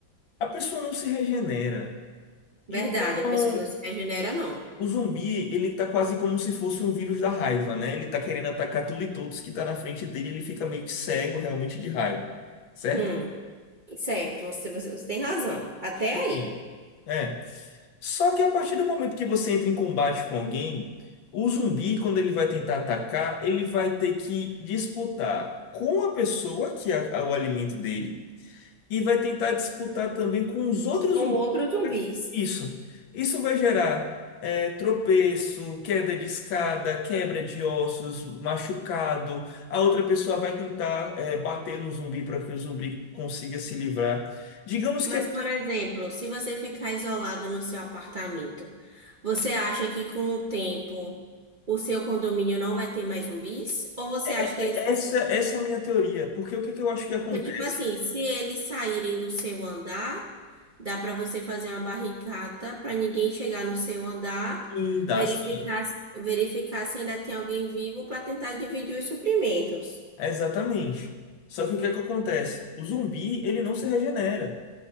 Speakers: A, on the left; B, on the right.
A: a pessoa não se regenera.
B: Verdade,
A: Então,
B: a pessoa não se regenera, não.
A: o zumbi, ele tá quase como se fosse um vírus da raiva, né? Ele tá querendo atacar tudo e todos que tá na frente dele, ele fica meio que cego realmente de raiva. Certo?
B: Hum, certo, você, você, você tem razão. Até
A: Sim.
B: aí.
A: É. Só que a partir do momento que você entra em combate com alguém, o zumbi, quando ele vai tentar atacar, ele vai ter que disputar com a pessoa que é o alimento dele e vai tentar disputar também com os outros
B: Com
A: zumbis.
B: outros zumbis.
A: Isso. Isso vai gerar é, tropeço, queda de escada, quebra de ossos, machucado. A outra pessoa vai tentar é, bater no zumbi para que o zumbi consiga se livrar. Digamos que
B: Mas,
A: é-
B: por exemplo, se você ficar isolado no seu apartamento, você acha que com o tempo o seu condomínio não vai ter mais zumbis? Ou você
A: é-
B: acha
A: é-
B: que eles
A: é essa, essa é a minha teoria, porque o que que eu acho que acontece?
B: Porque, tipo assim, se eles saírem do seu andar, dá para você fazer uma barricada para ninguém chegar no seu andar,
A: Sim, dá
B: verificar,
A: sim.
B: verificar se ainda tem alguém vivo para tentar dividir os suprimentos.
A: Exatamente. Só que o que é que acontece? O zumbi, ele não se regenera.